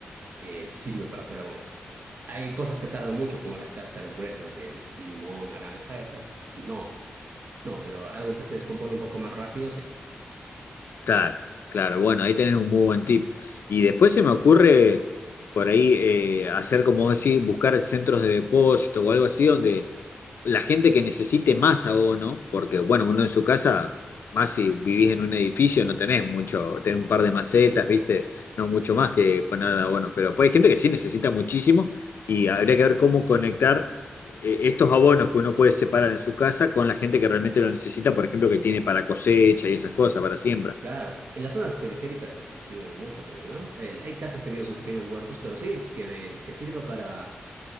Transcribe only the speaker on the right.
eh, sirve para hacer abono. Hay cosas que tardan mucho, como las cáscaras gruesas de limón, naranja, esas no, no, pero algo que se descompone un poco más rápido, sí.
Y
claro, en las zonas periféricas, pues sí sirve mucho también, ¿no? Eh, hay casas que tienen sus pequeños huertos, pero sí, que, que sirva para